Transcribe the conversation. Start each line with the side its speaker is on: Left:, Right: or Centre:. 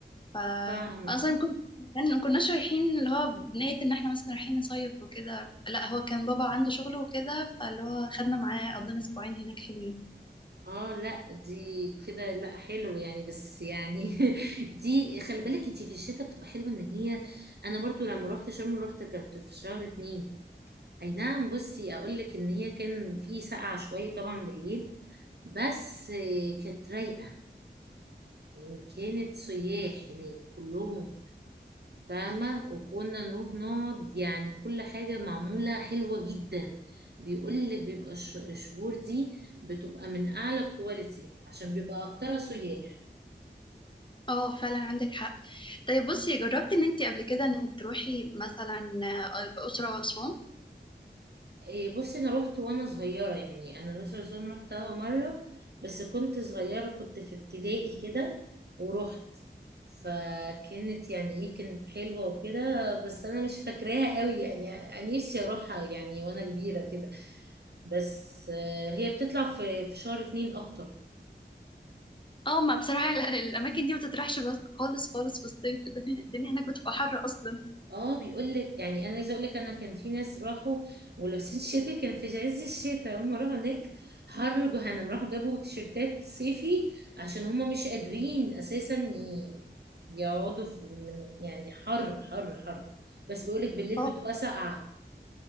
Left: ف
Right: فاهمه
Left: اصلا كنت يعني ما كناش رايحين اللي هو بنية ان احنا مثلا رايحين نصيف وكده لا هو كان بابا عنده شغل وكده فاللي هو خدنا معاه قضينا اسبوعين هناك حلوين
Right: اه لا دي كده لا حلو يعني بس يعني <laughs> دي خلي بالك انت في الشتاء بتبقى حلوه ان هي انا برضو لما روحت شرم روحت كانت في شهر اتنين اي نعم بصي اقول لك ان هي كان في سقعه شويه طبعا بالليل بس آه، كانت رايقة يعني كانت سياح هناك كلهم فاهمة وكنا نروح نقعد يعني كل حاجة معمولة حلوة جدا بيقولك بيبقى الش- الشهور دي بتبقى من أعلى الكواليتي عشان بيبقى أكترها سياح
Left: اه فعلا عندك حق طيب بصي جربتي ان انت قبل كده ان تروحي مثلا الاسره واسوان
Right: إيه، بصي انا روحت وانا صغيره يعني انا الأقصر وأسوان روحتها مره بس كنت صغيره كنت في ابتدائي كده ورحت فكانت يعني ايه كانت حلوه وكده بس انا مش فاكراها قوي يعني أنا نفسي اروحها يعني وانا كبيره كده بس آه، هي بتطلع في في شهر اتنين اكتر
Left: اه ما بصراحة ال- الأماكن دي ما تطرحش بس خالص خالص في الصيف الدنيا, الدنيا هناك بتبقى حر أصلا
Right: اه بيقول لك يعني انا عايزه اقول لك انا كان في ناس راحوا ولابسين شتوي كان في عز الشتاء هم راحوا هناك حر جهنم راحوا جابوا تيشرتات صيفي عشان هم مش قادرين اساسا ي- يقعدوا في من يعني حر حر حر بس بيقول لك بالليل
Left: اه
Right: بتبقى ساقعه